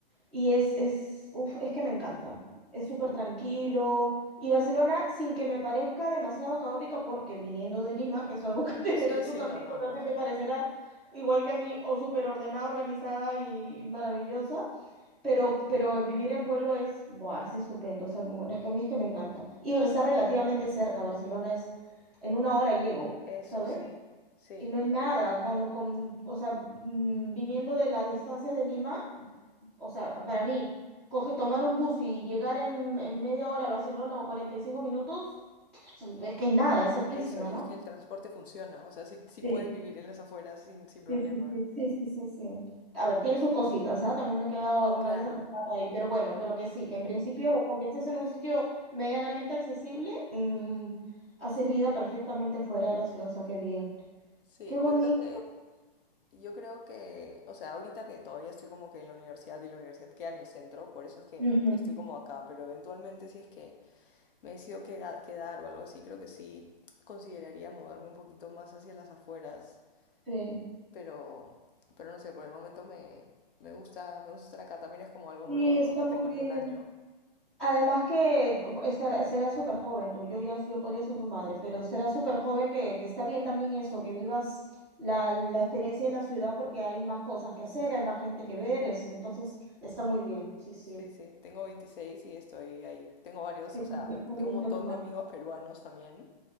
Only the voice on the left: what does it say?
Sí, sí,
no, no,
no.
Eso,
sí, sí.
Eso, y
es que el transporte funciona. O sea, sí, sí
puedes vivir en las afueras sin, sin problema.
No,
claro.
Sí,
yo creo que, yo creo que, o sea, ahorita que todavía estoy como que en la universidad y la universidad queda en el centro, por eso es que
estoy como acá, pero eventualmente si es que me decido queda- quedar o algo así, creo que sí consideraría mudarme un poquito más hacia las afueras,
pero, pero no sé, por el momento me, me gusta, me gusta estar acá, también es como algo
nuevo, ¿no?
No
tengo
ni un año.
Sí, sí, tengo 26 y estoy ahí. Tengo varios,
o
sea,
tengo un montón
de amigos peruanos también.